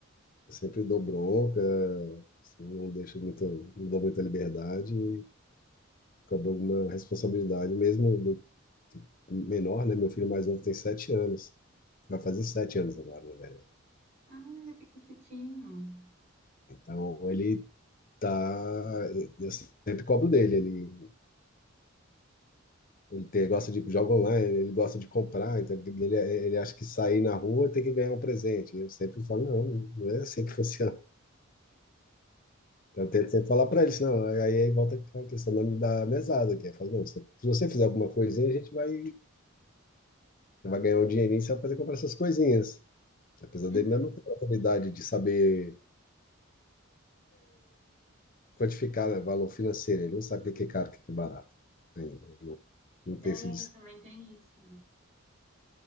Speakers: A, on the left; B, on the right.
A: Eu sempre dou bronca, assim, não deixo muito, não dou muita liberdade, e cobro alguma responsabilidade, mesmo do menor, né? Meu filho mais novo tem sete anos, vai fazer sete anos agora, na verdade.
B: Ah, ele é pequititinho.
A: Então ele tá. Eu sempre cobro dele. Ele, ele tem- gosta de jogar online, ele gosta de comprar, então ele, ele, ele acha que sair na rua tem que ganhar um presente. Eu sempre falo, não, não é assim que <laughs> funciona. Então, Eu tento sempre falar para eles, não. Aí aí volta a questão da, da mesada, que é, fala, não, se, se você fizer alguma coisinha, a gente vai, você vai ganhar um dinheirinho, você vai fazer comprar essas coisinhas. Apesar
B: Uhum.
A: dele ainda não ter a oportunidade de saber quantificar, né, valor financeiro, ele não sabe o que é caro, o que é barato. Né? Ele Não, não tem
B: É,
A: esse
B: também tem isso.